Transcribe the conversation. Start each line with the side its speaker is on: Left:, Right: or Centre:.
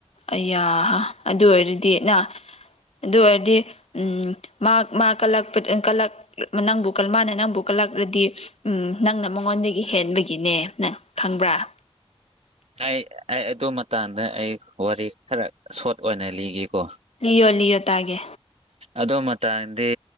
Left: ꯑꯩꯌꯥꯍ ꯥ ꯑꯗꯨ ꯑꯣꯏꯔꯗꯤ ꯅ ꯑꯗꯨꯑꯣꯏꯔꯗꯤ ꯎꯝ ꯃꯥ ꯃꯥ ꯀꯂꯛꯄ ꯀꯂꯛ ꯄꯥꯅꯪꯕꯨ ꯃꯥꯅ ꯅꯪꯕꯨ ꯀꯂꯛ ꯀ꯭ꯂꯛꯂꯗꯤ ꯎꯪꯝ ꯅꯪꯅꯥ ꯃꯉꯣꯟꯗꯒꯤ ꯍꯦꯟꯕꯒꯤꯅꯦ ꯅꯪ ꯈꯪꯕ꯭ꯔꯥ
Right: ꯇꯥꯏꯌꯦ ꯑꯩ ꯑꯗꯨꯃ ꯇꯥꯡꯗ ꯑꯩ ꯋꯥꯔꯤ ꯈꯔ ꯁꯣꯔꯠ ꯑꯣꯏꯅ ꯂꯤꯒꯦꯀꯣ
Left: ꯂꯤꯌꯣ ꯂꯤꯌꯣ ꯇꯥꯒꯦ
Right: ꯑꯗꯨꯃꯇꯥꯡꯗꯤ